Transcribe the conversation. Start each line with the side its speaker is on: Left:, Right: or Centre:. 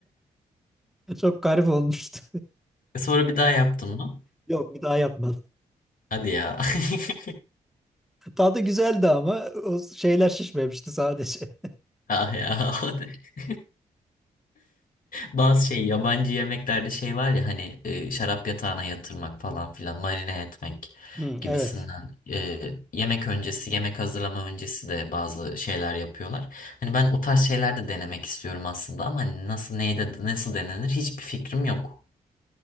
Centre: <laughs> Çok garip olmuştu.
Left: E, Sonra bir daha yaptın mı?
Centre: Yok bir daha yapmadım.
Left: Hadi ya. <laughs>
Centre: Tadı güzeldi ama o şeyler şişmemişti sadece.
Left: Ah ya. <laughs> Bazı şey yabancı yemeklerde şey var ya hani e, şarap yatağına yatırmak falan filan marine etmek
Centre: Hı,
Left: gibisinden.
Centre: evet.
Left: E, yemek öncesi, yemek hazırlama öncesi de bazı şeyler yapıyorlar. Hani ben o tarz şeyler de denemek istiyorum aslında ama hani nasıl neyde nasıl denenir hiçbir fikrim yok.